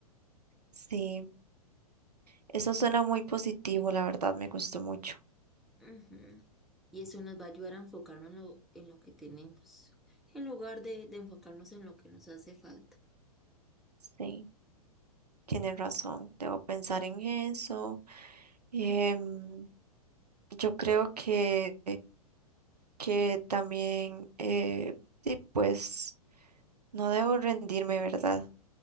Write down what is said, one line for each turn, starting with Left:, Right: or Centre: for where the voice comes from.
Right: sí, eso suena muy positivo, la verdad, me gustó mucho.
Centre: Ujú. Y eso nos va a ayudar a enfocarnos en lo, en lo que tenemos, en lugar de, de enfocarnos en lo que nos hace falta.
Right: Sí, tiene razón. Debo pensar en eso. Em, yo creo que, que también, eh, sí, pues no debo rendirme, ¿verdad?